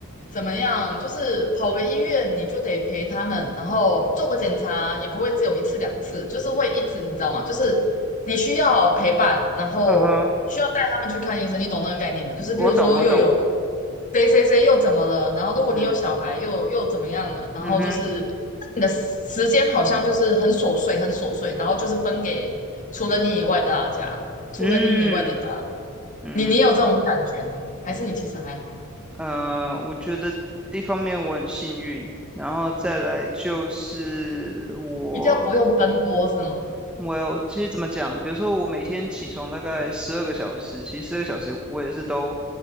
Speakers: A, on the left; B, in the centre.
A: 怎么样，就是跑个医院，你就得陪他们，然后做个检查，也不会只有一次两次，就是会一直，你知道吗？就是你需要陪伴，然后需要带他们去看医生，
B: 嗯哼，
A: 你懂那个概念吗？就是比如说又有
B: 我懂我懂，
A: 谁谁谁又怎么了，然后如果你有小孩又又怎么样了，
B: 嗯
A: 然后就是
B: 嗯哼。
A: 你的时间好像就是很琐碎，很琐碎，然后就是分给除了你以外的大家。除了你以外的打扰，
B: 嗯嗯
A: 你你有这种感觉吗？还是你其实还好，
B: 呃，我觉得一方面我很幸运，然后再来就是我，
A: 比较不用奔波是吗？
B: 我有其实怎么讲，比如说我每天起床大概十二个小时，其实十二个小时我也是都，